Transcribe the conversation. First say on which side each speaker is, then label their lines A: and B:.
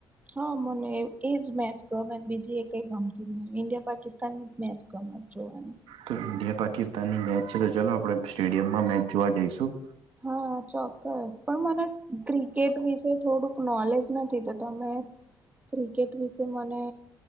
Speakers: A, on the right; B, on the right.
A: હ મને એજ મેચ ગમે બીજી એકેઈ ગમતી નહીં ઇન્ડિયા પાકિસ્તાન ની જ મેચ ગમે જોવાની.
B: તો ઇન્ડિયા પાકિસ્તાન ની મેચ છે તો ચાલો આપડે સ્ટેડિયમમાં મેચ જોવા જઈશું.
A: હા, ચોક્કસ પણ મને ક્રિકેટ વિશે થોડુંક નોલેજ નથી તો તમે ક્રિકેટ વિશે મને